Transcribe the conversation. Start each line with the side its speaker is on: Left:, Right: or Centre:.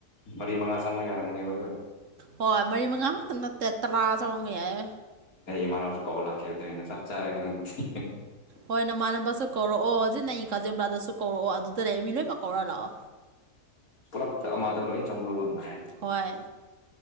Left: ꯃꯔꯤ ꯃꯉꯥ ꯆꯪꯕ ꯌꯥꯔꯝꯒꯅꯤꯕꯀꯣ
Right: ꯍꯣꯏ ꯃꯔꯤ ꯃꯉꯥ ꯈꯛꯇ ꯅꯠꯇꯦ ꯇꯔꯥ ꯆꯪꯕ ꯌꯥꯏ
Left: ꯆꯥ <unintelligible>
Right: ꯍꯣꯏ ꯅꯃꯥꯟꯅꯕꯁꯨ ꯀꯧꯔꯛꯑꯣ ꯍꯧꯖꯤꯛ ꯅꯪ ꯀꯥꯖꯤꯜꯕ꯭ꯔꯥꯗꯁꯨ ꯀꯧꯔꯛꯑꯣ ꯑꯗꯨꯗ ꯂꯩ ꯃꯤ ꯂꯣꯏꯅꯃꯛ ꯀꯧꯔ ꯂꯥꯛꯑꯣ
Left: ꯄꯨꯂꯞ ꯑꯃꯥꯗ ꯂꯣꯏꯅ ꯆꯪꯕꯒꯨꯝꯅ
Right: ꯍꯣꯏ